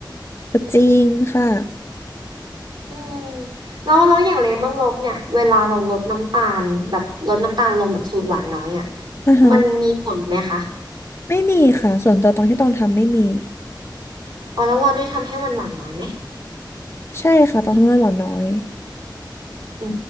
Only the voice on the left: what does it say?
ก็จริงค่ะ
อ่าฮะ
ไม่มีค่ะส่วนตัวตรงที่ต้องทำไม่มี
ใช่ค่ะต้องทำให้หวานน้อย